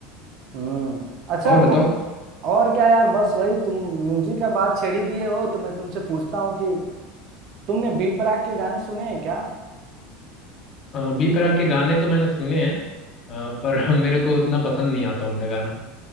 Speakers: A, on the right; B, on the left.
A: हम्म अच्छा
B: और बताओ
A: तुम और क्या यार बस वही तुम म्यूजिक का बात छेड़ी दिए हो तो मैं तुमसे पूछता हूँ कि तुमने बी प्राक के गाने सुने हैं क्या
B: अ, बी प्राक के गाने तो मैंने सुने हैं अ, पर <laughs> मेरे को उतना पसंद नहीं आता उनका गाना